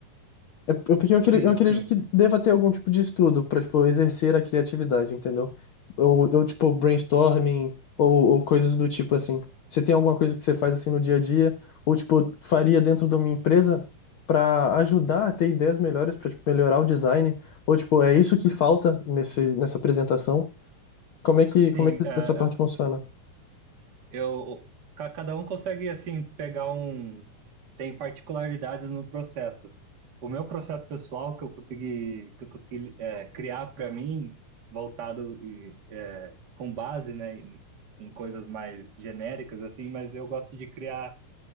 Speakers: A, on the left; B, on the right.
A: É eu- porque eu acre-
B: sim,
A: eu acredito
B: sim,
A: que deva ter algum tipo de estudo pra, tipo, exercer a criatividade, entendeu? Ou, ou tipo, brainstorming, ou, ou coisas do tipo assim. Você tem alguma coisa que você faz assim no dia a dia, ou tipo, faria dentro de uma empresa pra ajudar a ter ideias melhores, pra tipo, melhorar o design, ou tipo, é isso que falta nesse, nessa apresentação? Como é que, como
B: sim.
A: é que
B: é,
A: essa parte
B: é,
A: funciona?
B: eu, ca- cada um consegue assim pegar um, tem particularidades no processo. O meu processo pessoal que eu consegui, que eu consegui é, criar para mim, voltado e é, com base, né, em, em coisas mais genéricas assim, mas eu gosto de criar